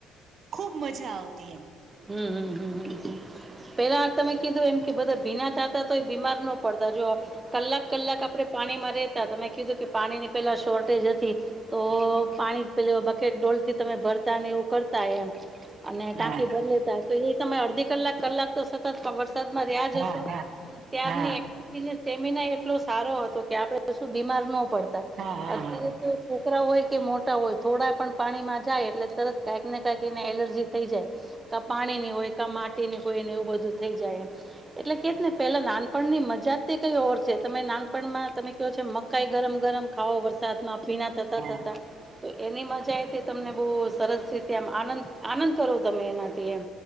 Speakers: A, on the right; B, on the right.
A: ખુબ મજા આવતી એમ.
B: હમ, હમ. પેલા તમે કીધું, એમ કે બધા ભીના થતા તો, એ બીમાર ના પડતા જો. કલાક, કલાક આપણે પાણી માં રહેેતા તમે કીધું કે, પાણીની પેલા શોર્ટેજ હતી. તો પાણી પેલુ બકેટ ડોલથી, તમે ભરતાને એવું કરતા એમ અને ટા
A: હા
B: તોએ તમે અડધી કલાક-કલાક તો સતત વરસાદ માં રહ્યા
A: હા
B: જશો,
A: હા
B: ત્યાર
A: હા
B: ન સ્ટેમિના એટલો સારો હતો કે, આપડે શું બીમાર પડતા,
A: હા હા
B: અત્યારે તો છોકરા હોય કે, મોટા હોય, થોડા પણ પાણીમાં જાય, એટલે તરત કંઈકને કાઈક એને એલર્જી થઈ જાય. કા પાણીની હોય કા, માટીની હોયને એવું બધું થઈ જાય. એટલે કે ને, પેલા નાનપણની મજા તે કઈ ઓર છે, તમે નાનપણમાં તમે કયો છે, મકાઈ ગરમ-ગરમ ખાવો, વરસાદમાં ભીના થતા,
A: હા
B: થતા તો, એની મજાએ, તમને બહુ સરસ રીતે આમ આનંદ આનંદ કરો. તમે એના થી એમ